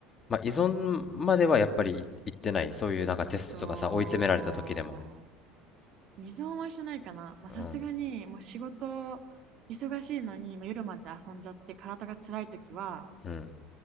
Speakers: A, on the left; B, on the right.
A: まあ、依存まではやっぱりい、いってない、そういうなんかテストとかさ、
B: そ
A: 追い詰められた時でも、
B: う、依存はしてないかな。まあさすがにもう仕事忙しいのに、
A: うん、
B: まあ夜まで遊んじゃって体が辛い時は、
A: うん、